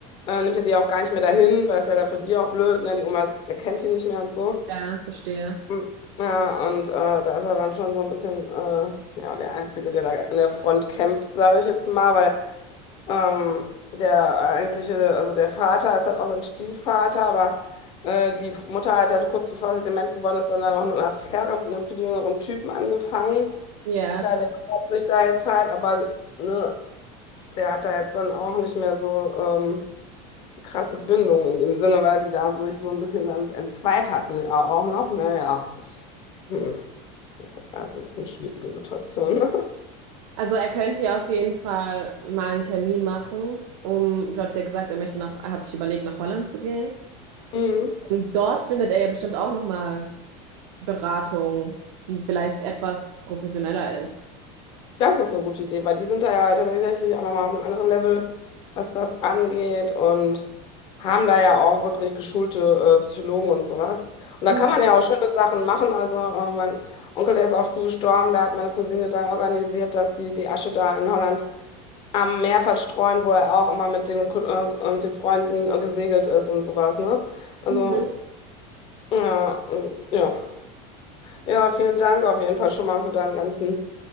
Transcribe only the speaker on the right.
Ja, verstehe.
Ja.
Also er könnte ja auf jeden Fall mal einen Termin machen, um, du hattest ja gesagt, er möchte nach, er hat sich überlegt, nach Holland zu gehen.
Und dort findet er ja bestimmt auch nochmal Beratung, die vielleicht etwas professioneller ist.
Mhm.
Mhm.